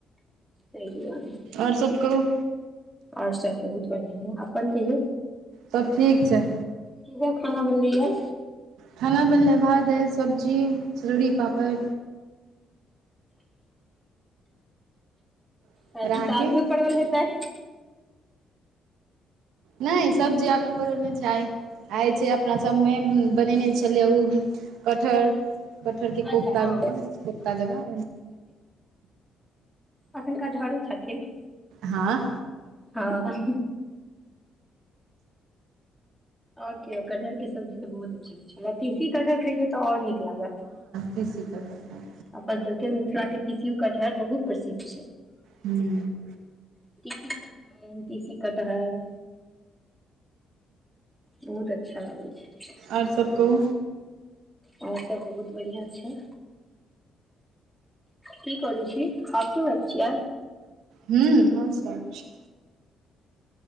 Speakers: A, in the centre; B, on the right.
A: तोयदुआरे
B: आओर सब कहु
A: आओर सब बहुत बढ़ियां या अपन कहियौ
B: सब ठीक छै।
A: की सब खाना बनली य
B: खाना बनले भात दाल सब्जी सरौड़ी पापड़ आओर
A: सबजी
B: अहाँके
A: त आलुए पड़वल होेतै
B: नहि सब्जी आलू परोल नहि छैय। आइ छै, अपना सभमे बनेने छलियै ओ कटहर कठहर के
A: अच्छा
B: कोख्त धक
A: हँ
B: कोख्ता जगह
A: एखनकटहलो झथिन छथिन
B: हँ।
A: हँ आ के कटहरके सब्जी तऽ बहुत अच्छा होइ छै, तीसी कटहर खइयौ तऽ आओर नीक लागत
B: तिसी कटहल
A: अपन सबके मिथिला के तीसीयो कटहर बहुत प्रसिद्ध छै।
B: हूँ
A: हम्म तीसी कटहर बहुत अच्छा लागै छै।
B: आर सब कहू
A: और सब बहुत बढ़िया छै? की कर छी हसू भच छीय आ
B: हू हम स छै।